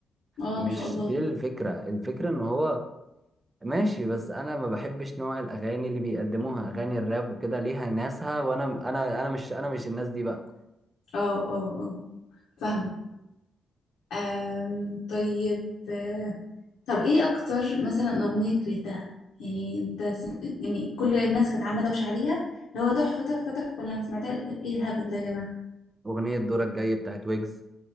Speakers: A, on the left; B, on the right.
A: اه
B: مش
A: ما شاء الله
B: دي الفكره الفكره ان هو ماشي بس انا ما بحبش نوع الاغاني اللي بيقدموها اغاني الراب وكده ليها ناسها وانا انا انا مش انا مش الناس دي بقى
A: اه اه اه فاهمة أم طيب آه، طب ايه أكتر مثلا أغنية كرهتها يعني انت س... يعني كل الناس كانت عاملة دوشة عليها اللي هو تحفة تحفة تحفة لما سمعتها ايه الهبل ده يا جماعة
B: اغنيه دورك جاي بتاعت ويجز